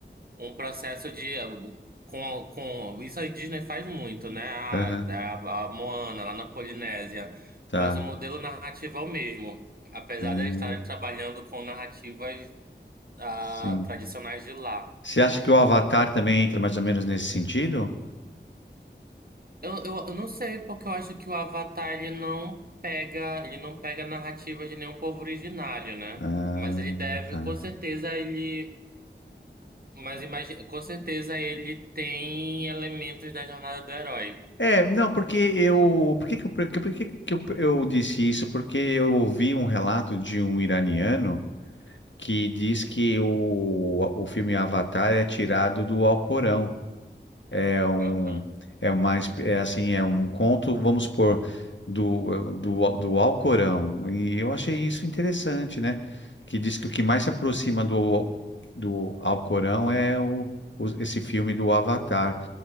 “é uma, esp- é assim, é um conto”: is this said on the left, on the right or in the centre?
Left